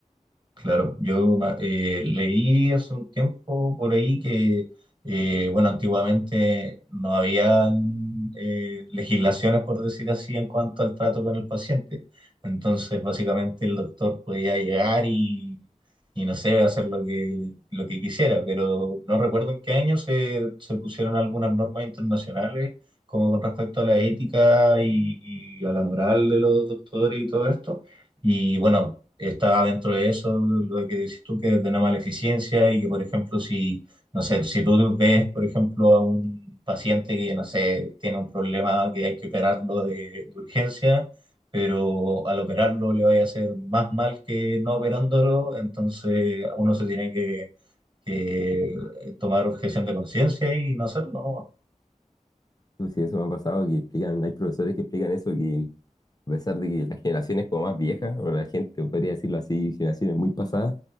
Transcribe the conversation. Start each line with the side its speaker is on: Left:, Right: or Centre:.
Right: Claro, yo ma- eh, leí hace un tiempo por ahí que, eh, bueno, antiguamente no habían eh, legislaciones, por decir así, en cuanto al trato con el paciente. Entonces, básicamente el doctor podía llegar y, y no sé, hacer lo que, lo que quisiera, pero no recuerdo en qué año se, se pusieron algunas normas internacionales, como con respecto a la ética y y a la moral de los doctores y todo esto. Y bueno, está dentro de eso lo que dices tú, que es de eficiencia y que, por ejemplo, si, no sé, si tú ves, por ejemplo, a un paciente que, no sé, tiene un problema que hay que operarlo de, de urgencia, pero al operarlo le vaya a hacer más mal que no operándolo, entonces uno se tiene que, que tomar objeción de conciencia y no hacerlo, ¿no?
Left: Pues sí, eso me ha pasado, que explican, hay profesores que explican eso, que a pesar de que las generaciones como más viejas, o la gente, podría decirlo así, generaciones muy pasadas,